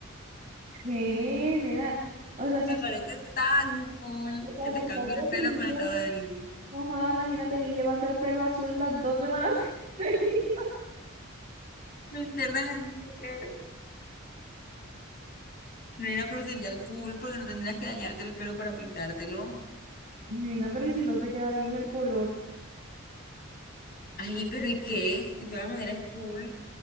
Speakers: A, on the right; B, on the left.
A: ¿Qué, nena? O sea, si,
B: Me parece tan cool
A: o sea,
B: que
A: si
B: te
A: estás
B: cambie
A: deprimida,
B: el pelo con estado de ánimo.
A: No joda, imagínate yo llevando el pelo azul las dos semanas <laughs> seguidas.
B: Me internan en un loquero. Nena, pero sería cool porque no tendrías que dañarte el pelo para pintártelo.
A: Nena, pero ¿y si no te queda bien el color?
B: Ay, pero ¿y qué? De todas maneras es cool.